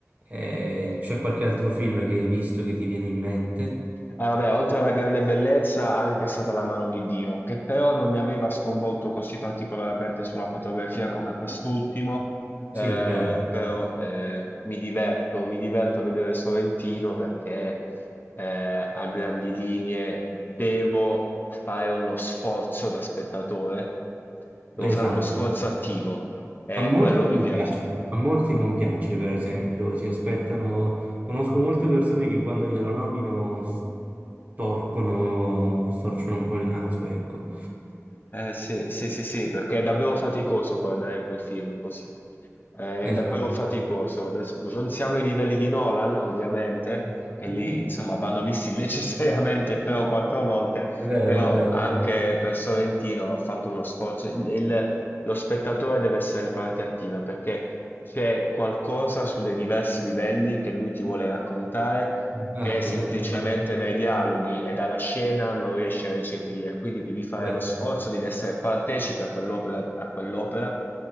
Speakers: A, on the right (about 30°); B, on the left (about 40°).
A: Eh, c'è qualche altro film che hai visto che ti viene in mente?
B: Ah, vabbè, oltre alla grande bellezza, anche è stata la mano di Dio, che però non mi aveva sconvolto così particolarmente sulla fotografia come quest'ultimo, eh,
A: Sì, è vero.
B: però eh, mi diverto, mi diverto a vedere Sorrentino perché eh, a grandi linee devo fare uno sforzo da spettatore, devo fare
A: Esatto.
B: uno sforzo attivo e
A: A molti
B: quello
A: non
B: mi piace.
A: piace, a molti non piace, per esempio, si aspettano, conosco molte persone che quando glielo nomino storcono, storcono un po' il naso, ecco.
B: Eh, sì, sì, sì, sì, perché è davvero faticoso guardare quel film così. È
A: Esatto.
B: davvero faticoso. Adesso no- non siamo ai livelli di Nolan, ovviamente,
A: <laughs>
B: che lì, insomma, vanno visti <laughs> necessariamente tre o quattro volte,
A: Vero,
B: però
A: vero,
B: anche per Sorrentino va fatto uno sforzo. Il- il- lo spettatore deve essere parte attiva perché c'è qualcosa su dei diversi livelli che lui ti vuole raccontare
A: esatto,
B: che semplicemente
A: vero, verissimo,
B: dai dialoghi e dalla scena non riesci a recepire, quindi devi fare
A: vero.
B: lo sforzo di essere partecipe a quell'opera, a quell'opera